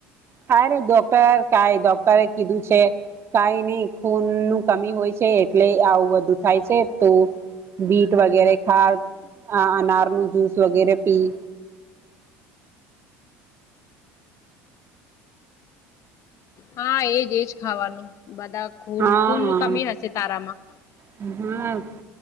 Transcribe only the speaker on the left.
હા એજ એજ ખાવાનું બધા ખૂન
ખૂન ન કમી હશે તારામાં